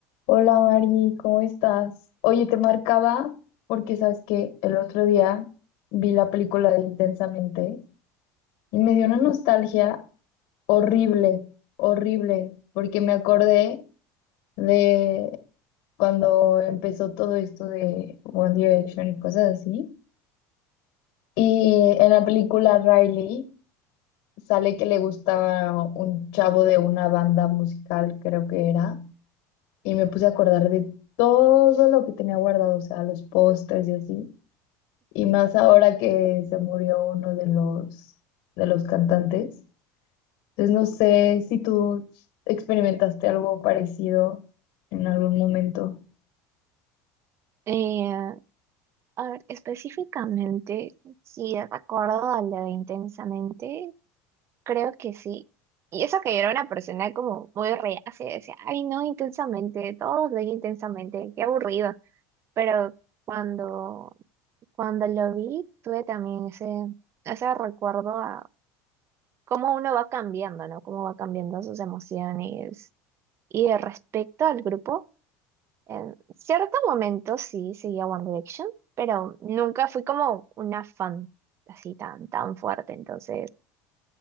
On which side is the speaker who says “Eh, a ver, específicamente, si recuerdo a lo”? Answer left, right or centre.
Right